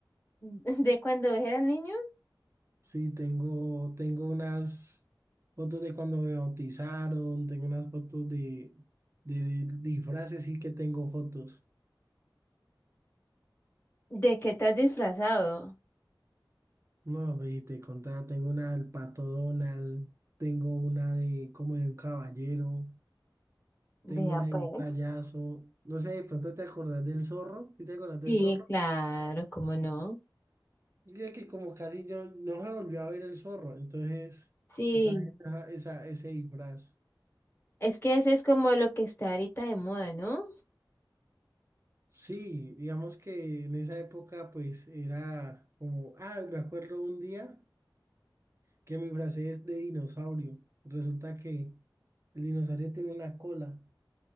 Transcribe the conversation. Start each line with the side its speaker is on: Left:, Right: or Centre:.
Left: ¿De cuando eras niño?
Right: Sí, tengo, tengo unas fotos de cuando me bautizaron, tengo unas fotos de, de disfraces y que tengo fotos.
Left: ¿De qué te has disfrazado?
Right: No, ve, te contaba, tengo una del Pato Donald, tengo una de como de un caballero.
Left: Vea
Right: Tengo una
Left: pues.
Right: de un payaso. No sé, de pronto te acordás del zorro. ¿Sí te acordás del
Left: Sí,
Right: zorro?
Left: claro, ¿cómo no?
Right: Yo que como casi yo no se volvió a ver el zorro. Entonces
Left: Sí,
Right: estaba esa, esa- ese disfraz.
Left: Es que ese es como lo que está ahorita de moda, ¿no?
Right: Sí, digamos que en esa época pues era como, ah, me acuerdo un día que mi disfracé es de dinosaurio. Resulta que el dinosaurio tiene una cola.